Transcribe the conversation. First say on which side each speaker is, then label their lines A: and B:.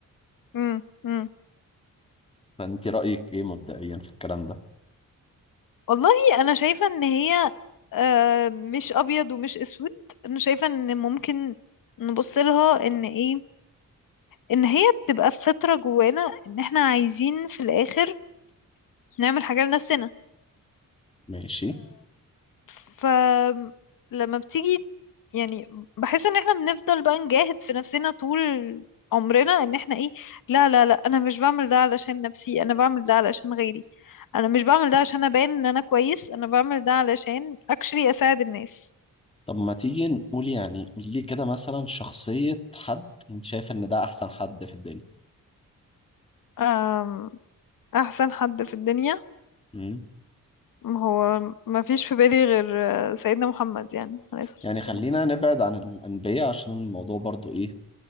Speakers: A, on the left (about 80°); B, on the left (about 15°).
A: مم. مم.
B: فانت رأيك ايه مبدئيا في الكلام ده
A: والله انا شايفه ان هي آه، مش ابيض ومش اسود انا شايفه ان ممكن نبص لها ان ايه ان هي بتبقى فطره جوانا ان احنا عايزين في الاخر نعمل حاجه لنفسنا
B: ماشي
A: فلما بتيجي يعني بحس ان احنا بنفضل بقى نجاهد في نفسنا طول عمرنا ان احنا ايه لا لا لا انا مش بعمل ده علشان نفسي انا بعمل ده علشان غيري انا مش بعمل ده عشان ابان ان انا كويس انا بعمل ده علشان اكشلي اساعد الناس
B: طب ما تيجي نقول يعني قولي لي كده مثلا شخصية حد انت شايف ان ده احسن حد في الدنيا
A: أم، احسن حد في الدنيا
B: امم
A: هو ما فيش في بالي غير آه، سيدنا محمد يعني عليه الصلاة
B: يعني
A: والسلام
B: خلينا نبعد عن الأنبياء عشان الموضوع برضو ايه